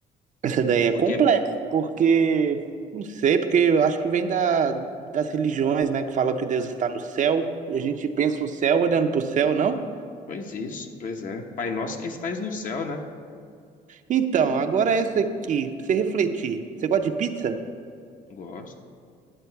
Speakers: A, on the right; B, on the left.
A: Essa daí é
B: Porque,
A: complexa, porque não sei, porque eu acho que vem da, das religiões, né, que falam que Deus está no céu, e a gente pensa o céu olhando para o céu, não?
B: pois isso, pois é. Pai nosso que estais no céu, né?
A: Então, agora essa aqui, pra você refletir. Você gosta de pizza?
B: Gosto.